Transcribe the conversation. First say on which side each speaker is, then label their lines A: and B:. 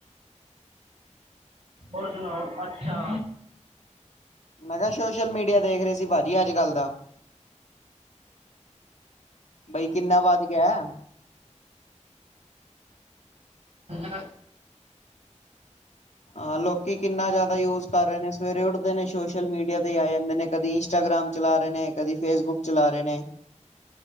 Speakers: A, on the right; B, on the left.
A: ਹੋਰ ਸੁਣਾਓ ਅੱਛਾ
B: ਮੈਂ ਕਿਹਾ ਸੋਸ਼ਲ ਮੀਡੀਆ ਦੇਖ ਰਹੇ ਸੀ ਭਾਜੀ ਅੱਜਕੱਲ ਦਾ ਬਾਈ ਕਿੰਨਾ ਵੱਧ ਗਿਆ
A: <unintelligible>
B: ਆ ਲੋਕੀ ਕਿੰਨਾ ਜਿਆਦਾ ਯੂਜ ਕਰ ਰਹੇ ਨੇ ਸਵੇਰੇ ਉੱਠਦੇ ਨੇ ਸੋਸ਼ਲ ਮੀਡੀਆ ਤੇ ਹੀ ਆ ਜਾਂਦੇ ਨੇ ਕਦੀ ਇੰਸਟਾਗਰਾਮ। ਇੰਸਟਾਗਰਾਮ ਚਲਾ ਰਹੇ ਨੇ ਕਦੀ ਫੇਸਬੁਕ ਚਲਾ ਰਹੇ ਨੇ।